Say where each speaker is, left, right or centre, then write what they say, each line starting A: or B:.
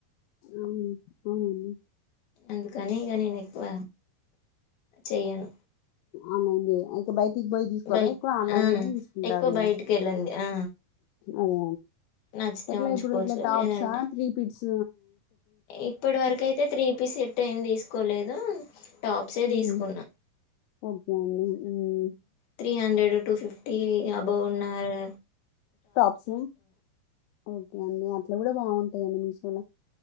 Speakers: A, on the left; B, on the left.
A: అవును అవునండి
B: అందుకని ఇక నేను ఎక్కువ చెయ్యను
A: అనడి అయితే బయట క్ బయి తీసుకోరా
B: బయట
A: ఎక్ ఆన్లైన్
B: ఆ
A: లోనే తీసుకుంటారు
B: ఎక్కువ
A: ఇక
B: బయటికి వెళ్ళండి ఆ
A: అవు
B: నచ్చితే
A: అట్లా
B: ఉంచుకోవచ్చు
A: ఇప్పుడు ఇట్లా టాప్సా
B: లేదంటే
A: త్రీ పీట్స్
B: ఇప్పటి వరకు అయితే త్రీపీ సెట్ ఏం తీసుకోలేదు టాప్సే తీసుకున్నా
A: ఉమ్, ఓకే అండి ఉమ్,
B: three hundred two fifty above ఉన్నారు
A: టాప్స్ ఓకే అండి అట్లా కూడా బాగుంటాయంండి మీషోలో